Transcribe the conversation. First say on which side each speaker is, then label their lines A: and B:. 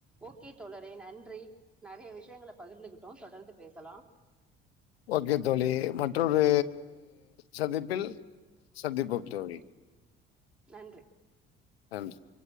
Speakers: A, in the centre; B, on the left.
A: ஓகே தோழரே நன்றி நெறைய விஷயங்கள பகிர்ந்துகிட்டோ தொடர்ந்து பேசலா
B: ஓகே தோழி மற்றொரு சந்திப்பில் சந்திப்போம் தோழி
A: நன்றி
B: நன்றி